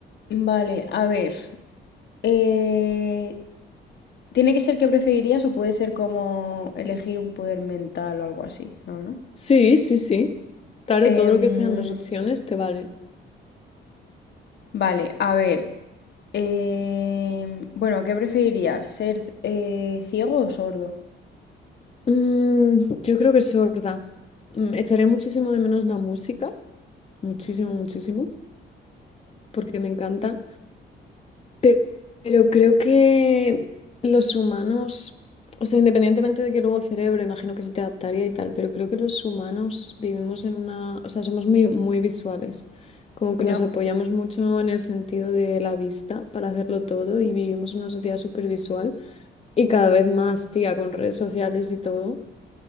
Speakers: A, on the left; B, on the left.
A: vale, a ver. Eh, ¿tiene que ser qué preferirías o puede ser como elegir un poder mental o algo así? No, ¿no?
B: Sí, sí, sí. Claro,
A: Em,
B: todo lo que sean dos opciones te vale.
A: vale, a ver. em, bueno, ¿qué preferirías? ¿Ser eh, ciego o sordo?
B: Mm, yo creo que sorda. Mm, echaré muchísimo de menos la música. Muchísimo, muchísimo. Porque me encanta. Pe- Pero creo que los humanos, o sea, independientemente de que luego el cerebro, imagino que se te adaptaría y tal, pero creo que los humanos vivimos en una, o sea, somos muy, muy visuales, como
A: Ya.
B: que nos apoyamos mucho en el sentido de la vista para hacerlo todo y vivimos una sociedad súper visual y cada vez más, tía, con redes sociales y todo,